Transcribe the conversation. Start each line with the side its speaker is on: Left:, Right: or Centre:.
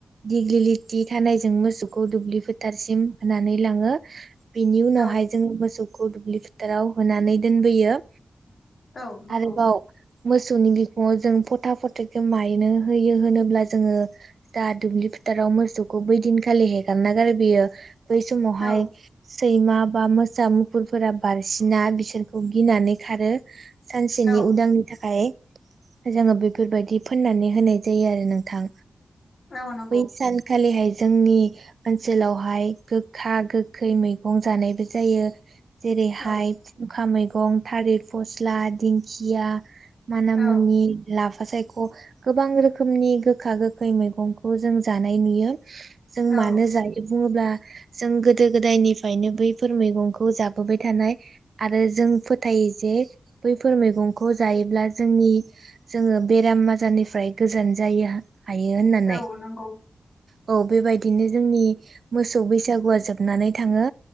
Right: दिग्लिलि थानाय जों मोसौखौ द दुब्लि फोथारसिम होनानै लाङो। बिनि उनावहाय
Left: औ
Right: जोङो मोसौखौ दुब्लि फोथाराव होनानै दोनबोयो
Left: औ नंगौ।
Right: आरोबाव मोसौनि बिखङाव जों फथा फथखौ मायनो होयो होनोब्ला जोङो दा दुब्लि टाराव मोसौखौ बैदिनखालि हेगारना गारबोयो। बै समावहाय
Left: औ
Right: सैमा बा मोसा, मुफुरफोरा बारसिना बिसोर खौ गिनानै खारो, सानसेनि
Left: औ
Right: उदांनि थाखाय जोङो बेफोरबादि फोननानै होनाय जायो आरो नोंथां।
Left: औ नंगौ
Right: बै सानखालिहाय जोंनि ओनसोलावहाय गोखा गोखै मैगं जानायबो जायो। जेरैहाय
Left: औ
Right: खुंखा मैगं, थालिर फस्ला, दिंखिया, मानामुनि,
Left: औ
Right: ला फा सायख'। गोबां रोखोमनि गोखा गोखै मैगंखौ जों जानाय नुयो। जों
Left: औ
Right: मानो जायो बुङोब्ला जों गोदो गोदायनिफायनो बैफोर मैगंखौ जाबोबाय थानाय। आरो जों फोथायो जे बैफोर मैगंखौ जायोब्ला जोंनि जोङो बेराम आजारनिफ्राय गोजान जायो हायो होननानै
Left: औ नंगौ औ औ नंगौ
Right: औ। बेबायदिनो जोंनि मोसौ बैसागुआ जोब नानै थाङो